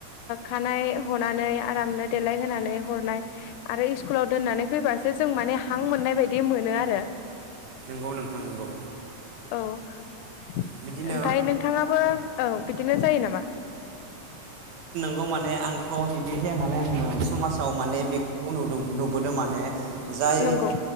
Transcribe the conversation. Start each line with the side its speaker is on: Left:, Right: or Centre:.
Left: खानाय हनानै आरामनो देलाय होनोनानै हरनाय आरो इस्कुलाव दोननानै फैबासो जों माने हां मोननाय बायदि मोनो आरो।
Right: नंगौ नोंथां नंगौ।
Left: औ। ओमफफ्राय
Right: बिदिनो
Left: नोंथाङाबो औ बिदिनो जायो नामा?
Right: बेखौ माने आंथ' बिदि जाया नालाय आङो। समाजाव माने बेखौ नुदों। <unintelligible> हुदा माने जाय
Left: नंगौ